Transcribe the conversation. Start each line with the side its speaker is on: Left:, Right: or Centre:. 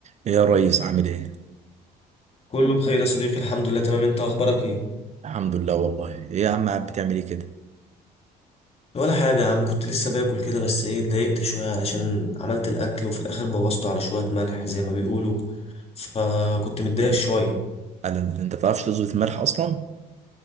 Right: يا ريس عامل ايه؟
Left: كله بخير يا صديقي الحمد لله تمام انت اخبارك ايه
Right: الحمد لله والله ايه يا عم قاعد بتعمل ايه كده؟
Left: ولا حاجه يا عم كنت لسه باكل كده بس ايه اتضايقت شويه علشان عملت الاكل وفي الاخر بوظته على شويه ملح زي ما بيقولوا فكنت متضايق شويه
Right: قال ال- انت بتعرفش تظبط الملح اصلا؟